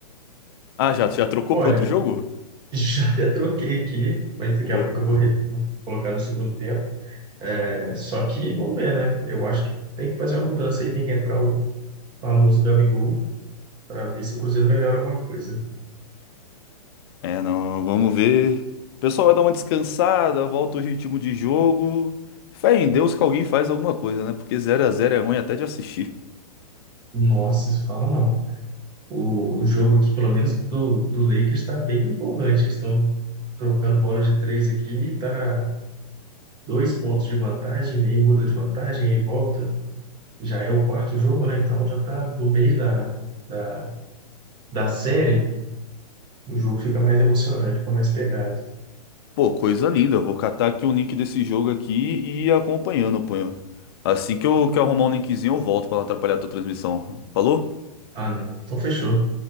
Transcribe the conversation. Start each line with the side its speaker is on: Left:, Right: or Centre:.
Left: Ah, já, já trocou
Right: Olha,
Left: pra outro jogo?
Right: Já até troquei aqui, mas daqui
Left: Boa.
Right: a pouco eu vou, re- vou colocar no segundo tempo. É, só que vamos ver, né? Eu acho que tem que fazer uma mudança aí, tem que entrar o famoso Gabigol para ver se o Cruzeiro melhora alguma coisa.
Left: É, não, vamos ver. O pessoal vai dar uma descansada, volta o ritmo de jogo. Fé em Deus que alguém faz alguma coisa, né? Porque zero a zero é ruim até de assistir.
Right: Nossa, isso fala não. O, o jogo aqui, pelo menos do, do Lakers, está bem empolgante. Eles estão trocando bola de três aqui, tá dois pontos de vantagem, aí muda de vantagem, aí volta. Já é o quarto jogo, né? Então já tá no meio da, da, da série. o jogo fica mais emocionante, fica mais pegado.
Left: Pô, coisa linda. Eu Vou catar aqui um link desse jogo aqui e ir acompanhando, pô. Assim que eu, que eu arrumar um linkzinho, eu volto pra não atrapalhar a tua transmissão. Falou?
Right: Ah, não. Então fechou.